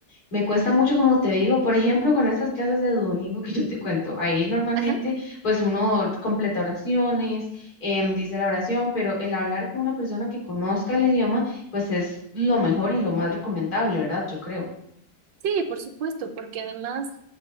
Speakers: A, on the left; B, on the right.
A: Me cuesta mucho, como te digo, por ejemplo, con estas clases de Duolingo que yo te cuento. Ahí normalmente,
B: ajá.
A: pues uno completa oraciones, em, dice la oración, pero el hablar con una persona que conozca el idioma, pues es lo mejor y lo más recomendable, ¿verdad? Yo creo.
B: Sí, por supuesto, porque además,